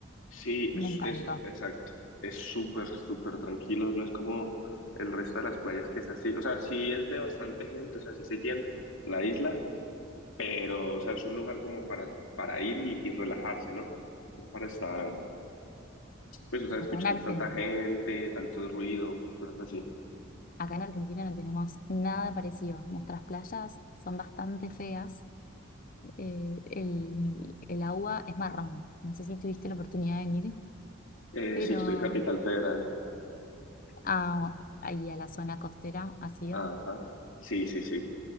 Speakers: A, on the left; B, on the left.
A: sí,
B: Me
A: es-
B: encantó.
A: eso, exacto. Es súper, súper tranquilo, no es como el resto de las playas que es así. O sea, sí es de bastante gente, o sea, sí se llena la isla Pero, o sea, es un lugar como para, para ir y, y relajarse, ¿no? No para estar, pues, o sea, escuchando
B: Acá en Argen-
A: tanta gente, tanto ruido, cosas así.
B: acá en Argentina no tenemos nada parecido. Nuestras playas son bastante feas eh, el, el agua es marrón. No sé si tuviste la oportunidad de venir,
A: Eh,
B: pero
A: sí, estoy en Capital Federal.
B: ah, ahí a la zona costera ha sido
A: Ajá. Sí, sí, sí.